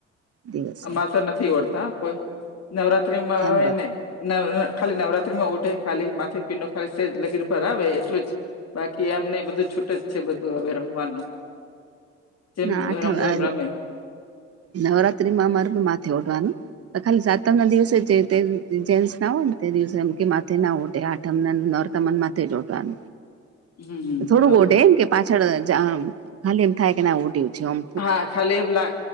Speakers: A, on the right; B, on the left.
A: દિવસે
B: અમાર તો નથી ઓઢતા કોઈ નવરાત્રીમાં
A: આંબર
B: હોય નહીં નવ અ ખાલી નવરાત્રી માં ઓઢે ખાલી માથે પીનુ ખાલી સેજ લગીર ભરાવે એટલું જ બાકી આમ નહિ બધું છૂટ જ છે બધું હવે રમવાનું જેમ
A: ના આઠમ
B: રમવું
A: અ
B: એમ રમે
A: નવરાત્રી માં અમાર માથે ઓઢવાનું અ ખાલી સાતમ ના દિવસે જે તે જેન્સ ના હોય ને તે દિવસે એમ કે માથે ના ઓઢે આ. તમને નોરતાં મ માથે જ ઓઢવાનું.
B: હમ હમ
A: થોડુંક
B: બરોબર
A: ઓઢે એમ કે પાછળ જ આમ ખાલી એમ થાય કે ના ઓઢ્યું છે ઓમ
B: હા ખાલી એવું લાગ.